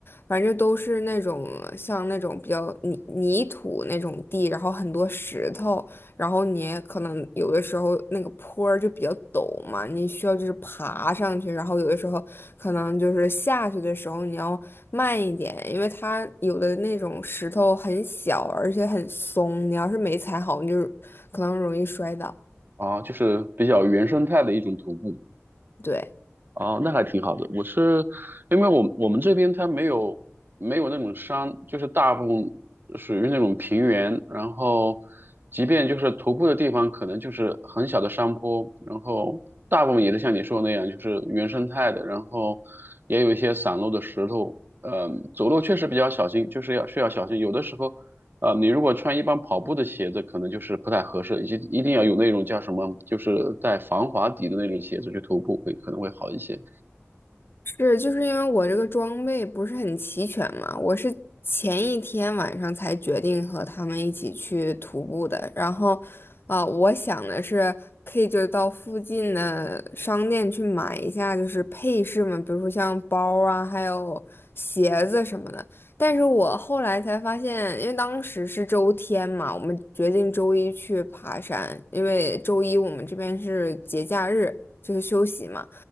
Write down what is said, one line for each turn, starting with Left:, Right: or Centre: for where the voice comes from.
Left: 反正都是那种像那种比较泥泥土那种地，然后很多石头，然后你可能有的时候那个坡儿就比较陡嘛，你需要就是爬上去，然后有的时候可能就是下去的时候你要慢一点，因为它有的那种石头很小，而且很松，你要是没踩好，你就可能容易摔倒。
Right: 啊，就是比较原生态的一种徒步？
Left: 对。
Right: 哦，那还挺好的。我是因为我我们这边它没有没有那种山，就是大部分属于那种平原，然后即便就是徒步的地方，可能就是很小的山坡，然后大部分也是像你说的那样，就是原生态的，然后也有一些散落的石头。呃，走路确实比较小心，就是要需要小心。有的时候啊，你如果穿一般跑步的鞋子，可能就是不太合适，一一定要有那种叫什么，就是带防滑底的那种鞋子去徒步会可能会好一些。
Left: 是，就是因为我这个装备不是很齐全嘛，我是前一天晚上才决定和他们一起去徒步的。然后，啊、我想的是可以就到附近的商店去买一下，就是配饰嘛，比如说像包啊，还有鞋子什么的。但是我后来才发现，因为当时是周天嘛，我们决定周一去爬山，因为周一我们这边是节假日，就是休息嘛。